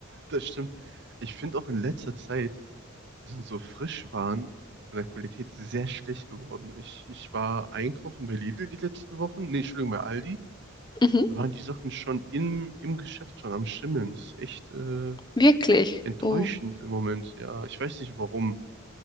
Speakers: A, on the right (about 55°); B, on the left (about 20°).
A: das stimmt. Ich finde auch in letzter Zeit sind so Frischwaren von der Qualität sehr schlecht geworden. Ich, ich war einkaufen bei Lidl die letzten Wochen. Nee, Entschuldigung, bei Aldi.
B: Mhm,
A: Da waren die Sachen schon im, im Geschäft schon am Schimmeln. Das ist echt äh,
B: wirklich.
A: enttäuschend
B: Oh.
A: im Moment. Ja, ich weiß nicht warum.